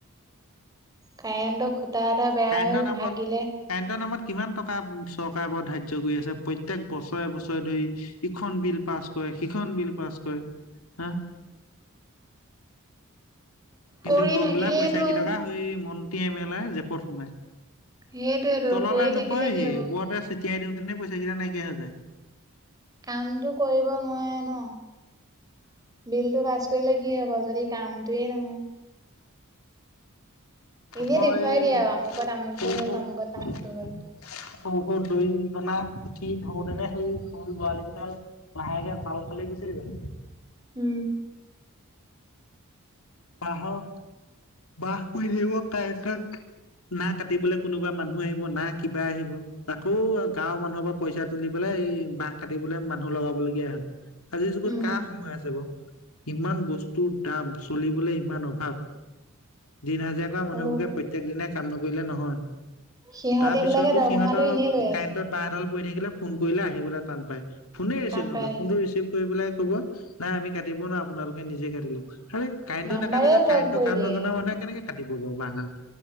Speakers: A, on the right (about 15°); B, on the left (about 75°).
A: কাৰেণ্টৰ খুটা এটা বেয়া
B: কাৰেণ্টৰ
A: হ'ল,
B: নামত
A: ভাঙিলে।
B: কাৰেণ্টৰ নামত কিমান টকা চৰকাৰে বাৰু ধাৰ্য কৰি আছে, প্ৰত্যেক বছৰে-বছৰে ধৰি। ইখন বিল পাছ কৰে, সিখন বিল পাছ কৰে, হা! কিন্তু
A: কৰি
B: গৈ
A: থাকিলেইটো
B: পেলাই পইচা কেইটকা সেই মন্ত্ৰী এম এল এ, জেপত সোমাই।
A: সেইটোৱেতো
B: তললে
A: কৰি
B: নপৰেহি।
A: থাকিলে কি হব
B: ওপৰতে চটিয়াই দিওঁ, তেনে পইচা কেইটা নাইকিয়া হৈ যায়।
A: কামটো কৰিব নোৱাৰে ন! বিলটো পাছ কৰিলে কি হ'ব, যদি কামটোৱে নহয়। এনেই
B: ওখ
A: দেখুৱাই
B: এই,
A: দিয়ে আৰু আমুকত আমুকটো
B: সৰু-সৰু
A: হ'ল তামুকত তামুকটো
B: সৰু-সৰু
A: হ'ল।
B: দৈৰীকনা উঠি ধৌত তেনে সেই সৰু পোৱালি কেইডাল লাহেকে জাল ফালি গুছি যায়।
A: উম।
B: বাঁহৰ, বাঁহ পৰি থাকিব কাৰেণ্টত। না কাটিবলে কোনোবা মানুহ আহিব, না কিবা আহিব। আকৌ গাঁওৰ মানুহৰ পৰা পইচা তুলি পেলাই এই, বাঁহ কাটিবলে মানুহ লগাবলগীয়া হয়। আজিৰ যুগত
A: উম
B: কাৰ সময় আছে বাও? ইমান বস্তুৰ দাম! চলিবলে ইমান অভাৱ। দিন হাজিৰা কৰা
A: আৰু
B: মানুহবোৰকে প্ৰত্যেক দিনাই কাম নকৰিলে নহয়।
A: সিহঁতি
B: তাৰপিছতো
A: বিলাকে দৰমহাটো
B: সিহঁতৰ
A: এনেই লৈ
B: কাৰেণ্টত
A: আছে
B: বাঁহ এডাল পৰি থাকিলে- ফোন কৰিলে আহিবলে টান পায়। ফোনে ৰিচিভ
A: কাম
B: নকৰে,
A: পাই আহিবলৈ
B: ফোনটো ৰিচিভ কৰি পেলাই ক'ব, 'নাই, আমি কাটিব নোৱাৰোঁ', আপোনালোকে নিজে কাটি ল'ক, হেই কাৰেণ্টটো
A: নাম্বাৰে
B: নাকাটিলে
A: ব্লক
B: কাৰেণ্টৰ
A: কৰি
B: কাম
A: দিয়ে
B: নজনা মানুহে কেনেকে কাটিব ক বাঁহডাল।